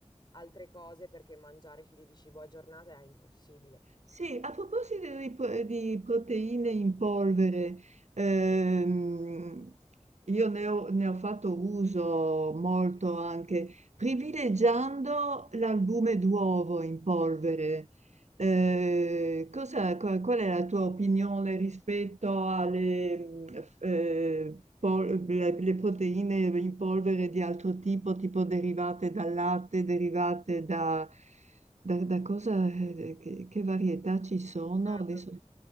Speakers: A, on the left; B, on the right.
A: altre cose perché mangiare chili di cibo a giornata è impossibile.
B: Sì, a proposito di, pro- di proteine in polvere, ehm, io ne ho, ne ho fatto uso molto
A: Sì,
B: anche privilegiando l'albume d'uovo in polvere. Eh, cosa- qual, qual è la tua opinione rispetto alle mm, f- eh, pol- le- le proteine in polvere di altro tipo, tipo derivate dal latte, derivate da... Da, da cosa, eh, che, che varietà ci sono
A: Certo,
B: adesso?